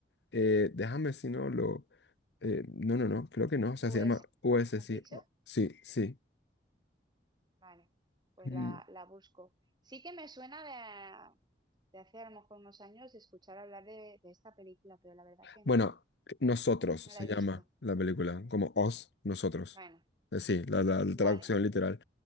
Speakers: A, on the left; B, on the right.
A: eh, déjame si no lo... eh, no, no, no, creo que no, o sea,
B: US,
A: se llama U
B: ¿no?
A: S
B: ¿Has
A: sí,
B: dicho?
A: oh, sí, sí.
B: Vale, pues
A: Mm,
B: la, la busco. Sí que me suena de, de hace a lo mejor unos años de escuchar hablar de, de esta película, pero la verdad que
A: Bueno,
B: no,
A: Nosotros
B: no
A: se
B: la he
A: llama
B: visto.
A: la película, como Os, Nosotros.
B: Bueno,
A: Eh, Sí, la, la
B: vale,
A: traducción literal.